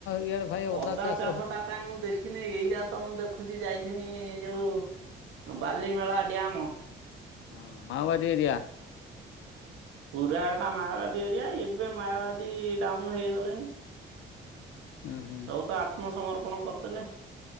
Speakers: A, on the left; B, on the right.
A: ଇଆଡ଼େ ଭାଇ
B: ଅଦା ଚାଷ
A: ହଁ
B: ଟା କାହିଁ ମୁଁ ଦେଖିନି ଏଇଟା ତ ମୁଁ ଦେଖୁଛି ଯାଇକ ଏ ଯୋଉ ବାଲିମେଳା ଡ୍ୟାମ
A: ହଁ ମାଓବାଦ ଦିଆ
B: ପୁରା ଏଟା ମାୟବାଦୀ ଏରିଆ ଏବେ ମାୟବାଦୀ ଡାଉନ ହେଇଗଲେଣି
A: ହୁଁ ହୁଁ।
B: ସବଉ ତ ଆତ୍ମ ସମମର୍ପଣ କରିଦେଲେ